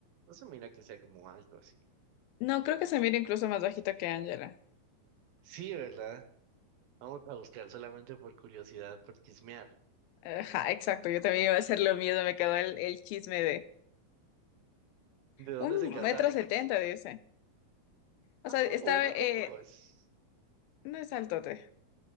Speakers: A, on the right; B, on the left.
A: No se mira que sea como alto así.
B: No, creo que se mira incluso más bajito que Angela.
A: Sí, ¿verdad? Vamos a buscar solamente por curiosidad, por chismear.
B: Ajá, exacto, yo también iba a hacer lo mismo, me quedó el, el chisme de
A: ¿De dónde
B: un
A: se casaron?
B: metro setenta, dice.
A: Ah,
B: O sea, está,
A: bueno,
B: eh,
A: tampoco es.
B: no es altote,